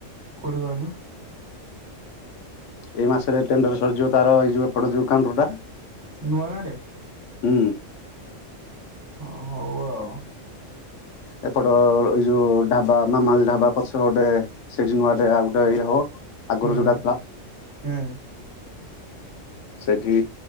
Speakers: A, on the right; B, on the left.
A: କୋଉଠି କହିଲୁ?
B: ଏଇ ମାସରେ ଟେଣ୍ଡର ସରିଯିବ ତାର ଏଇ ଯୋଉ ଏପଟେ ଯୋଉ କାଉଣ୍ଟର ଟା।
A: ନୂଆ ଗାଁରେ?
B: ହୁଁ
A: ହଁ ହଉ ଆଉ।
B: ଏପଟ ଏଇ ଯୋଉ ଢାବା ମାମାଲି ଢାବା ପଛ ପଟେ ସେଇଠି ନୂଆଟେ ଆଉ ଗୋଟେ ଇଏ ହବ। ଆଗରୁ
A: ହୁଁ
B: ଯୋଉଟା ଥିଲା।
A: ହୁଁ
B: ସେଇଠି